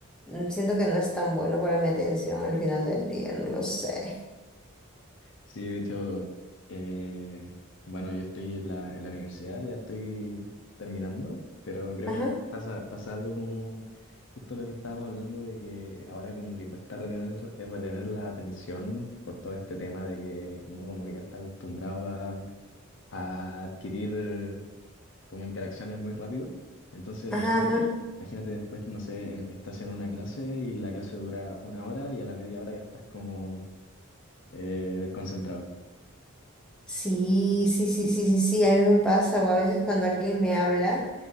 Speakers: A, in the centre; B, on the left.
A: mm, siento que no es tan bueno para mi atención al final del día, no lo sé.
B: Sí, de hecho, eh, bueno, yo estoy en la, en la universidad, ya estoy terminando, pero creo
A: Ajá,
B: que pasa, pasa algo como justo lo que estábamos hablando de que ahora como que cuesta retener, eh, retener la atención por todo este tema de que uno como que ya está acostumbrado a, a adquirir como interacciones muy rápido. Entonces,
A: ajá,
B: imagínate,
A: ajá.
B: imagínate después, no sé, en- estás en una clase y la clase dura una hora y a la media hora ya estás como eh, desconcentrado.
A: Sí, sí, sí, sí, sí, sí, a mí me pasa, o a veces cuando alguien me habla,